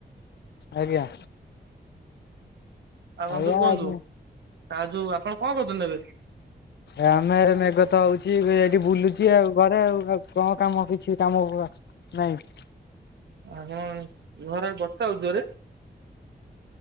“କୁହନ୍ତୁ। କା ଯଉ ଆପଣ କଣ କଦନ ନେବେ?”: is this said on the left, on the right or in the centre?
Right